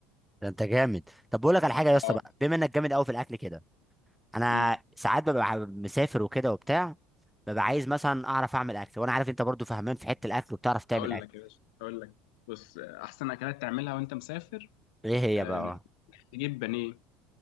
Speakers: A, in the centre; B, on the left (about 85°).
A: ده انت جامد طب بقول لك على حاجه يا اسطى
B: اه
A: بقى بما انك جامد قوي في الاكل كده انا
B: امم
A: ساعات ببقى مسافر وكده وبتاع ببقى عايز مثلا اعرف اعمل اكل وانا عارف انت برضو فهمان في حته الاكل وبتعرف تعمل
B: اقول
A: اكل
B: لك يا باشا اقول لك بص آه، احسن اكلات تعملها وانت مسافر
A: ايه هي
B: آه،
A: بقى
B: انك
A: اه
B: تجيب بانيه